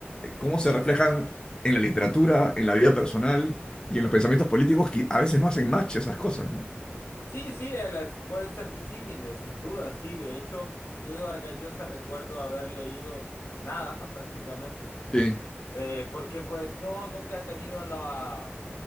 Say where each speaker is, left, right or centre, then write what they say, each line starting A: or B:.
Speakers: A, on the left; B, on the left.
A: cómo se reflejan en la literatura, en la vida personal y en los pensamientos políticos que a veces no hacen match esas cosas, ¿no?
B: Sí, sí, el- es- pueden ser disímiles, sin duda, sí. De hecho, yo de Vargas Llosa recuerdo haber leído nada <laughs> prácticamente,
A: Sí.
B: eh, porque pues no, nunca he tenido la